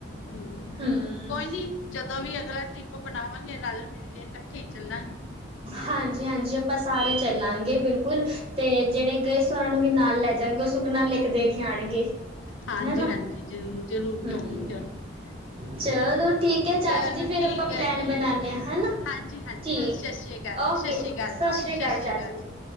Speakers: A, on the left; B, on the right.
A: ਹੂੰ
B: ਹਮ
A: ਕੋਈ ਨੀ ਜਦੋਂ ਵੀ ਅਗਲਾ। ਟਰਿੱਪ ਬਣਾਵਾਂ। ਬਣਾਵਾਂਗੇ ਰਲ ਮਿਲ ਕੇ। ਹੀ ਚੱਲਾਂਗੇ
B: ਹਾਂਜੀ ਹਾਂਜੀ ਆਪਾਂ ਸਾਰੇ ਚੱਲਾਂਗੇ ਬਿਲਕੁਲ। ਬਿਲਕੁਲ ਤੇ ਜਿਹੜੇ ਗਏ ਸਾਂ ਉਹਨਾਂ ਨੂੰ ਵੀ ਨਾਲ ਲੈ ਜਾਗੇ ਉਹ ਸੁਖਨਾ ਲੇਕ ਦੇਖ ਆਣਗੇ।
A: ਹਾਂਜੀ
B: ਹਨਾ
A: ਹਾਂਜੀ ਜ਼ਰੂਰ ਜ਼ਰੂਰ
B: ਹੂੰ
A: ਕਿਉਂ ਨੀ ਕਿਉਂ ਨੀ
B: ਚਲੋ ਠੀਕ ਹੈ
A: ਚਲੋ
B: ਚਾਚੀ ਜੀ ਫਿਰ
A: ਠੀਕ
B: ਆਪਾਂ ਪਲੈਨ
A: ਹੈ ਜੀ
B: ਬਣਾਦੇ ਹਾਂ ਹਨਾ।
A: ਹਾਂਜੀ ਹਾਂਜੀ
B: ਠੀਕ
A: ਸਤਿ
B: ਹੈ
A: ਸ਼੍ਰੀ ਅਕਾਲ
B: ਓਕੇ
A: ਸ਼੍ਰੀ
B: ਸਤਿ
A: ਅਕਾਲ ਬਾਬੂ
B: ਸ੍ਰੀ
A: ਸਤਿ
B: ਅਕਾਲ
A: ਸ਼੍ਰੀ
B: ਚਾਚੀ ਜੀ।